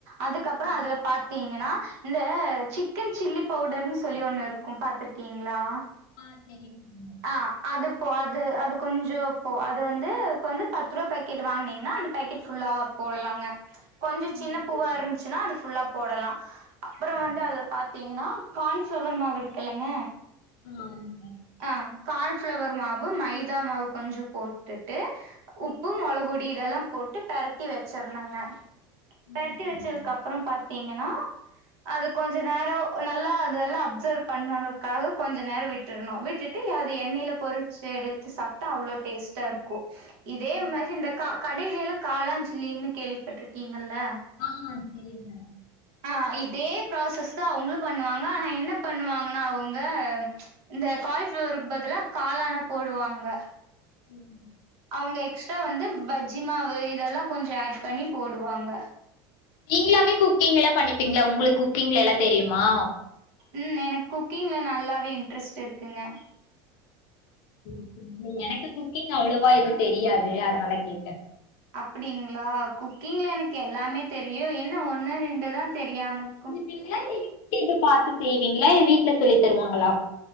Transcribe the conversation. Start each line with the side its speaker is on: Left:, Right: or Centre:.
Right: அதுக்கப்பறொ
Left: ம்
Right: அதுல பாத்தீங்கனா இந்த சிக்கன் சில்லி பவுடர்ன்னு சொல்லி ஒண்ணுருக் க்கூ பாத்துருக்கீங்ளா
Left: ஆ தெரியூ சொல்லுங்க
Right: ஆ அது போ அது அது கொஞ்சொ போ அது வந்து இப்ப வந்து பத்து ரூபா பேக்கெட் வாங்கனீங்கனா அந் பேக்கெட் ஃபுல்லா போட்லாங்க கொஞ்ச
Left: ம்
Right: சின்ன
Left: சரிங்க
Right: பூவா இருந்ச்சனா அது ஃபுல்லாப் போடலா அப்றொ
Left: ஆ
Right: வந்து அதுல பாத்தீங்னா கார்ன் ஃப்ளவர் மாவு இருக்குல்லங்க
Left: ஆ ஆமாங்க
Right: ஆ கார்ன் ஃப்ளவர் மாவு மைதா மாவு கொஞ்சொ போட்டுட்டு உப்பு மொளக்பொடி இதெல்லா போட்டு பெரட்டி வச்சற்னுங்க பெரட்டி
Left: ம் சரிங்க
Right: வச்சதுக்கப்பறோ பாத்தீங்கனா அது கொஞ்சொ நேரொ நல்லா அதல்லா அப்சர்வ் பண்ணதுக்காக கொஞ்ச நேரொ விட் டுர்னூ விட்டுட்டு அது எண்ணெயில பொறிச்சு எடுத்து சாப்ட்டா அவ்ளொ டேஸ்ட்டா இருக்கூ இதே
Left: ம்
Right: மாரி இந்த க கடைலலா காளாஞ் சில்லினு கேள்விப் பட்டிருக்கீங்கில்ல
Left: ஆ தெரியுங்க
Right: ஆ இதே ப்ராசஸ் தா அவுங்களூ பண்ணுவாங்க ஆனா என்ன பண்ணுவாங்கன்னா அவுங்க இந்த காலிஃபிளவருக்கு பதிலா காளான போடுவாங்க
Left: ம்
Right: அவ்ங்க எக்ஸ்ட்ரா வந்து பஜ்ஜி மாவு இதெல்லா கொஞ்ச ஆட் பண்ணி போடுவாங்க
Left: நீங்ளாவே குக்கிங்லா பண்ணிப்பீங்ளா உங்களுக் குக்கிங்ல எல்லா தெரியுமா
Right: ம் எனக்கு குக்கிங்ல நல்லாவே இன்ட்ரெஸ்ட் இருக்குங்க
Left: <inaudible> எனக்கு குக்கிங் அவ்ளவா எது தெரியாது அதனால கேட்ட
Right: அப்படிங்ளா குக்கிங்ல எனக் எல்லாமே தெரியு என்ன ஒண்ணு ரெண்டுதா தெரியாமர்க்கு
Left: பிங்லாலி கேட்டு பாத்து செய்வீங்ளா இ வீட்ல சொல்லி தருவாங்களா